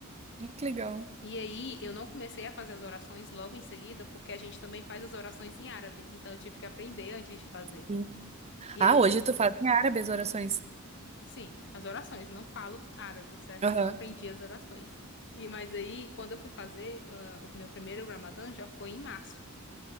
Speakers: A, on the right; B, on the left.
A: Ai, Que legal.
B: E aí, eu não comecei a fazer as orações logo em seguida, porque a gente também faz as orações em árabe. Então, eu tive que aprender antes de fazer.
A: Sim.
B: E
A: Ah,
B: aí.
A: hoje tu faz em árabe as orações.
B: Sim, as orações. Não falo árabe, certo?
A: Aham.
B: Só aprendi as orações. E mas aí, quando eu fui fazer, ah, o meu primeiro Ramadã já foi em março.